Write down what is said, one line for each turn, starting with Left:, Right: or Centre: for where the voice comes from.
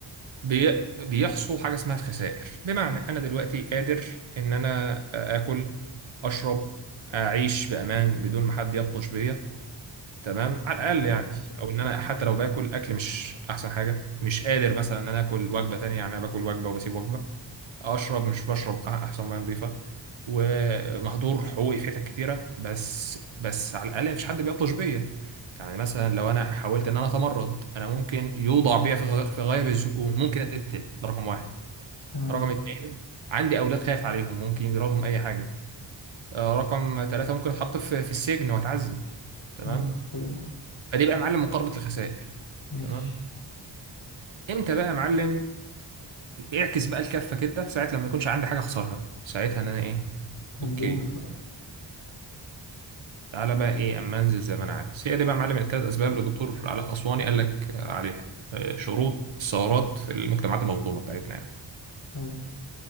Right: بي... بيحصل حاجة اسمها الخسائر بمعنى أنا دلوقتي قادر إن أنا آكل أشرب أعيش بأمان بدون ما حد يبطش بيا تمام على الاقل
Left: تمام
Right: يعني او ان انا حتى لو باكل اكل مش احسن حاجه مش قادر مثلا ان انا اكل وجبه تانية يعني انا باكل وجبه وبسيب وجبه اشرب مش بشرب أح- احسن ميه نظيفه ومهدور حقوقي في حتت كتيره بس بس على الاقل مفيش حد بيبطش بيا يعني مثلا لو انا حاولت ان انا اتمرد انا ممكن يوضع بيا في غ- في غايب الزكون ممكن اتقتل ده رقم واحد
Left: تمام
Right: رقم اتنين عندي اولاد خايف عليهم ممكن يجرى لهم اي حاجه آه، رقم ثلاثة ممكن اتحط في في السجن واتعذب تمام
Left: ممكن كله
Right: فدي بقى يا معلم مقاربه الخسائر
Left: مش
Right: تمام امتى بقى يا معلم اعكس بقى الكفه كده ساعه لما يكونش عندي حاجه اخسرها ساعتها ان انا ايه
Left: هتدوس
Right: اوكي
Left: بقى
Right: تعالى بقى ايه اما انزل زي ما انا عايز هي دي بقى يا معلم التلات اسباب اللي الدكتور علاء اسواني قال لك آه، عليها آه، شروط الثورات في المجتمعات المظلومه بتاعتنا يعني
Left: حلو.